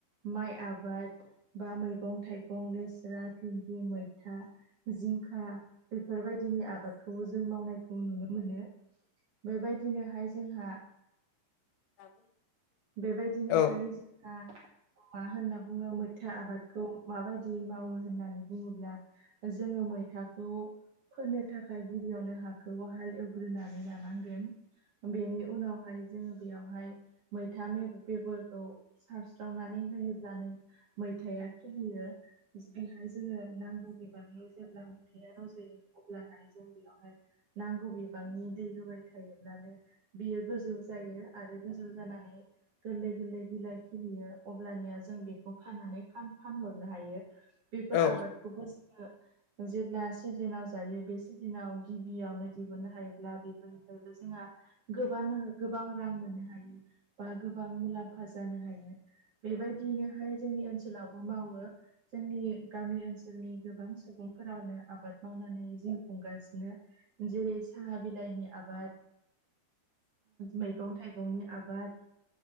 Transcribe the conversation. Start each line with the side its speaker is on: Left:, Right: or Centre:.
Right: माइ आबाद बा मैगं थाइगं लेस्रा भिन्दि मैथा जिंखा बेफोरबायदिनि आबादखौ जों मावनायखौ नुनो मोनो बेबायदिनोहाय जोंहा
Left: <unintelligible>
Right: बेबायदिनोहाय
Left: औ
Right: जोंहा मा होनना बुंङो मैथा आबाद खौ माबायदियै मावो होननानै बुंङोब्ला जोंङो मैथाखौ फोनो थाखाय गिबियावनो हाखौ हाल एवग्रोनानै लानांगो बेनि उनावहाय जोङो बेयावहाय मैथा बेगरखौ सारस्रावनानै होयोब्लानो मैथाया खिलियो बेहाय जोङो नांगौ बिबांनि जेब्ला अन्थाया रज'यो अब्लाहाय जों बेयावहाय नांगौ बिबांनि दै होबाय थायोब्लानो बियो गोजौ जायो आरो गोजौ जानानै गोरलै गोरलै बिलाइ खिलियो अब्लानिया जों बेखौ फाननानै फानहरनो हायो बेफोर
Left: औ
Right: आबादखौबो जोङो जेब्ला सिजोनाव जायो बे सिजोनाव गिबियावनो दिहुननो हायोब्ला बेफोर फ्रायबो जोंहा गोबां गोबां रां मोननो हायो बा गोबां मुलाम्फा जानो हायो बेबायदियैनोहाय जोंनि ओनसोलावबो मावो जोंनि गामि ओनसोलनि गोबां सुबुंफोरावनो आबाद मावनानै जिउ खुंगासिनो जेरै साहा बिलाइनि आबाद मैगं थाइगंनि आबाद